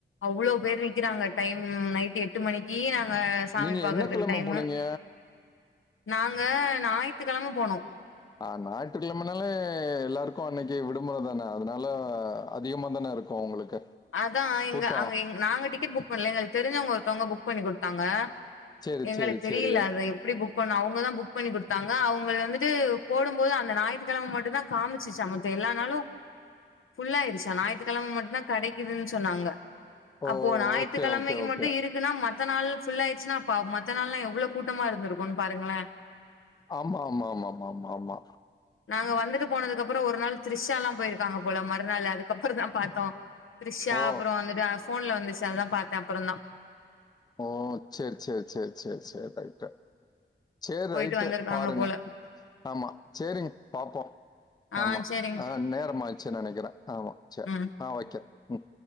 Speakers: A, on the left (about 85°); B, on the left (about 20°).
A: அவ்ளோ பேர் நிக்கிறாங்க டைம் நைட் எ ட்டு மணிக்கு நாங்க சாமி
B: நீங்க
A: பாக்கறதுக்கு
B: என்ன கிழமை
A: டைமு
B: போனீங்க
A: நாங்க ஞாயி்த்துக்கிழம போனோ
B: அ ஞாயிற்றுக்கிழமைனாலே எல்லாருக்கு அன்னைக்கு விடுமுறைதானே அதனால அதிகமாதானே இருக்கு உங்களுக்கு
A: அதா எங்க
B: கூட்டம்
A: அங்க நாங்க டிக்கெட் புக் பண்ணல எங்களுக்கு தெரிஞ்சவங்க ஒருத்தவங்க புக் பண்ணி குடுத்தாங்க
B: சரி
A: எங்களுக்கு
B: சரி
A: தெரில
B: சரி
A: அத எப்டி புக் பண்ணு அவுங்கதா புக் ட் பண்ணி குடுத்தாங்க அவுங்க வந்துட்டு போடும்போது அந்த ஞாயித்துக்கிழம மட்டுந்தா காமிச்சுச்சா மத்த எல்லனாலு ஃபுல்லா ஆயிருச்சா ஞாயித்துக்கிழம மட்டுந்தா கடை க்குது சொன்னாங்க
B: ஓ
A: அப்போ ஞாயித்துக்கிழமைக்கு
B: ஓகே ஓகே ஓகே
A: மட்டு இருக்குனா ம மத்த நாள் ஃபுல் ஆயிருச்சுனா அப்போ மத்த நாள்ல்லா எவ்ளோ கூட்டமா இருந்திருக்குன்னு பாருங்களேன்
B: ஆமா மா மா மா மா மா
A: நாங்க வந்துட்டு போனதுக்கப்பறோ ஒரு நாள் திரிஷா எல்லா போயிருக்காங்க போல மறுநாள் அதுக்கப்பறந்தா பாத்தோ த்ரிஷா
B: ஓ
A: அப்றோ வந்துட்டு ஃபோன்ல வந்துச்சு அதா பாத்தேன் அப்பறந்தா
B: ஓ சேரி சேரி சேரி சேரி சேரி ரைட்டு சேர்
A: போயிட்டு
B: ரைட்டு
A: வந்திருக்காங்க
B: பாருங்க
A: போல
B: ஆமா சேரிங்க பாப்போ
A: ஆ
B: ஆமா
A: சேரிங்க
B: ஆ நேரமா ஆயிருச்சுனு நெனைக்கிறே ஆமா சேரி
A: ம்
B: ஆ வெக் ம்